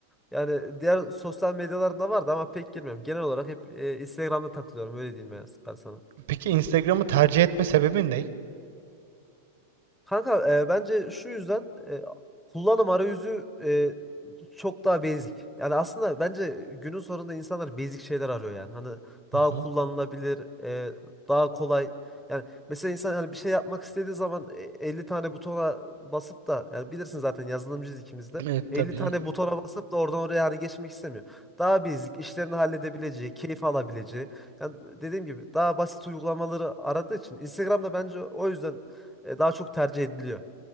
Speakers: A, in the centre; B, on the right (about 70°).
A: Yani diğer sosyal medyalarında vardı ama pek girmiyorum. Genel olarak hep e, Instagram'da takılıyorum. Öyle diyeyim ben, ben sana.
B: Peki Instagram'ı tercih etme sebebin ne?
A: Kanka e, bence şu yüzden e, kullanım arayüzü e, çok daha basic. Yani aslında bence günün sonunda insanlar basic şeyler arıyor yani. Hani
B: Hı
A: daha
B: hı.
A: kullanılabilir, e, daha kolay. Yani mesela insan hani bir şey yapmak istediği zaman e, 50 tane butona basıp da yani bilirsin zaten yazılımcıyız ikimiz de.
B: Evet
A: 50
B: tabii
A: tane
B: canım.
A: butona basıp da oradan oraya hani geçmek istemiyor. Daha basic, işlerini halledebileceği, keyif alabileceği. Yani dediğim gibi daha basit uygulamaları aradığı için Instagram'da bence o yüzden e, daha çok tercih ediliyor.